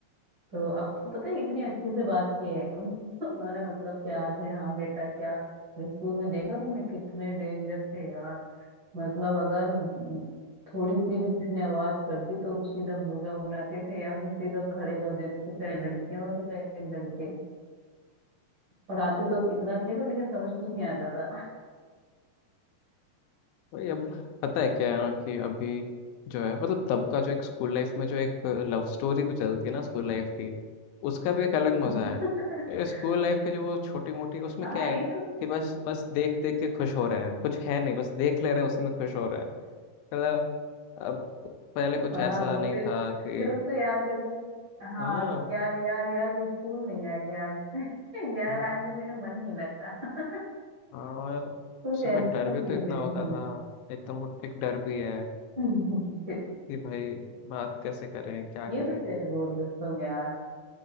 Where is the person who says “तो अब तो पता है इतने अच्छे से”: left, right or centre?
Right